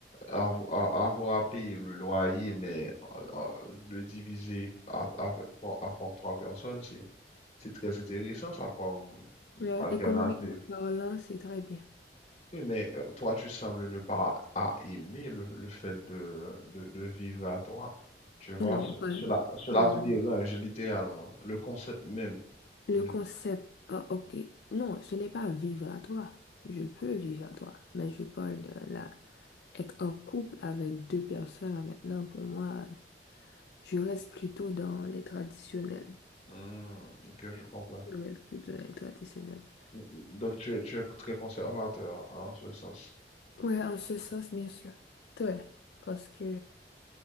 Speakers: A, on the left; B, on the left.
A: avo- a- avoir à payer le loyer, mais euh, euh, le diviser à, à- par, à- par trois personnes, c'est, c'est très intéressant ça comme
B: Là,
A: alternative.
B: économiquement parlant, c'est très bien.
A: Oui, mais euh, toi, tu sembles ne pas à aimer le, le fait de, de, de vivre à toi. Tu vois,
B: Non,
A: ce-
B: pas,
A: cela, cela
B: non.
A: te dérange littéralement. Le concept même.
B: Le
A: ne-
B: concept, ah, ok. Non, ce n'est pas vivre à toi. Je peux vivre à toi, mais je parle de la, être en couple avec deux personnes là, maintenant. Pour moi, je reste plutôt dans les traditionnels.
A: Hmm, ok, je comprends.
B: Je reste plutôt dans les traditionnels.
A: Donc, tu es, tu es très conservateur hein, en ce sens.
B: Ouais, en ce sens, bien sûr. Très. Parce que